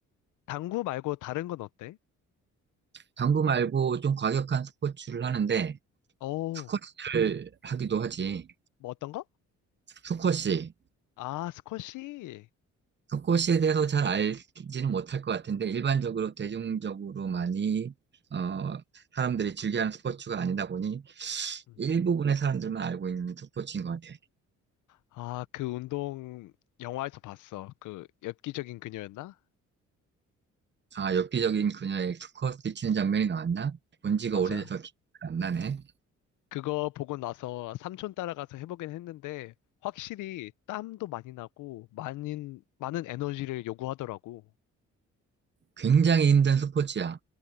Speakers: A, on the left; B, on the right.
A: 당구 말고 다른 건 어때?
B: 당구 말고 좀 과격한 스포츠를 하는데
A: 어,
B: 스쿼시를 하기도 하지.
A: 뭐 어떤 거?
B: 스쿼시.
A: 아, 스쿼시.
B: 속고시에 대해서 잘 알지는 못할 것 같은데 일반적으로 대중적으로 많이 어, 사람들이 즐겨하는 스포츠가 아니다 보니
A: 음.
B: 일부분의 사람들만 알고 있는 스포츠인 것 같아.
A: 아, 그 운동 영화에서 봤어. 그 엽기적인 그녀였나?
B: 아, 엽기적인 그녀의 스쿼트 치는 장면이 나왔나? 본 지가
A: 맞아.
B: 오래돼서 기억이 안 나네.
A: 그거 보고 나서 삼촌 따라가서 해보긴 했는데 확실히 땀도 많이 나고 많은 많은 에너지를 요구하더라고.
B: 굉장히 힘든 스포츠야.